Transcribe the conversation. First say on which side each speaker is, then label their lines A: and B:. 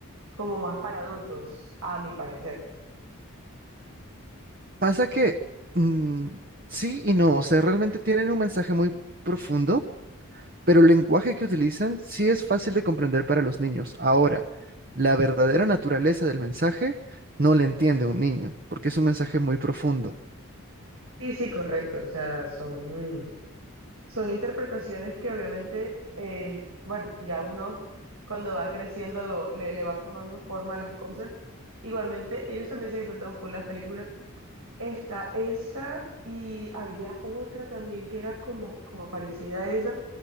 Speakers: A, on the right; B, on the right.
A: como más para adultos, a mi parecer.
B: Pasa que mm, sí y no, o sea, realmente tienen un mensaje muy profundo, pero el lenguaje que utilizan sí es fácil de comprender para los niños. Ahora, la verdadera naturaleza del mensaje no la entiende un niño, porque es un mensaje muy profundo.
A: Sí, sí, correcto. O sea, son, son interpretaciones que obviamente, eh, bueno, ya uno cuando va creciendo lo, le, le va tomando forma a las cosas. Igualmente, ellos también se disfrutan full las películas. Esta, esa, y había otra también que era como, como parecida a esa.